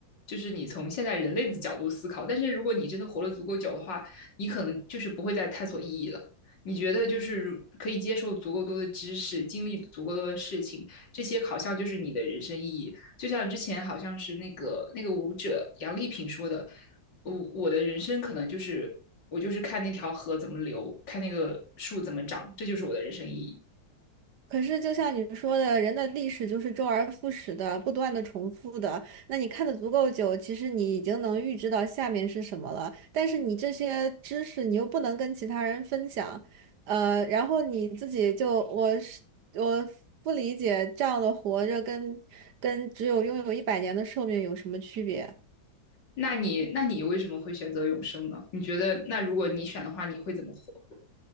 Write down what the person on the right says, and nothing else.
可是，就像你说的，人的历史就是周而复始的，不断的重复的。那你看的足够久，其实你已经能预知到下面是什么了。但是你这些知识，你又不能跟其他人分享，呃，然后你自己就，我是我不理解这样的活着跟跟只有拥有一百年的寿命有什么区别。